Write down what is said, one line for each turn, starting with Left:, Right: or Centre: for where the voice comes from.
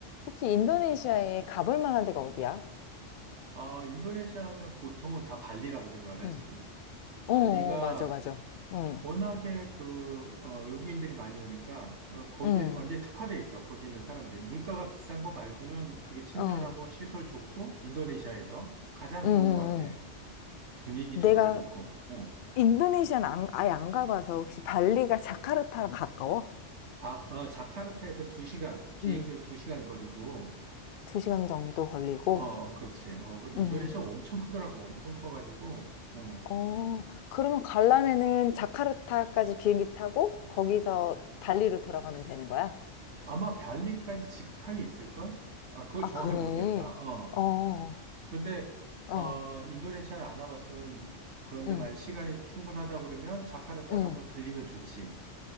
Left: 혹시 인도네시아에 가볼 만한 데가 어디야?
Right: 아, 인도네시아 하면 보통은 다 발리라고 생각을 하지.
Left: 응. 어,
Right: 발리가
Left: 어, 맞아, 맞아. 응,
Right: 워낙에 그, 어, 외국인들이 많이 오니까, 어, 거기에
Left: 응,
Right: 완전히 특화돼 있어. 거기 있는 사람들이. 물가가 비싼 거 말고는 되게 친절하고
Left: 어,
Right: 시설 좋고, 인도네시아에서 가장
Left: 응, 응,
Right: 좋은 것 같아. 분위기도
Left: 응. 내가
Right: 너무 좋고, 어.
Left: 인도네시아는 안- 아예 안 가봐서 혹시 발리가 자카르타랑 가까워?
Right: 바, 어, 자카르타에서 두시간 비행기로
Left: 응,
Right: 두시간 거리고,
Left: 두 시간 정도 걸리고.
Right: 어, 그렇지. 어, 그
Left: 응.
Right: 인도네시아 엄청 크더라고. 엄청 커가지고, 어.
Left: 어, 그러면 가려면은 자카르타까지 비행기 타고 거기서 발리로 돌아가면 되는 거야?
Right: 아마 발리까지 직항이 있을걸? 아, 그걸
Left: 아,
Right: 정확하게
Left: 그래.
Right: 모르겠다. 어.
Left: 어,
Right: 근데,
Left: 어,
Right: 어, 인도네시아를 안 와봤으면, 그런데
Left: 응,
Right: 만약 시간이 충분하다 그러면 자카르타를
Left: 응.
Right: 한번 들리면 좋지.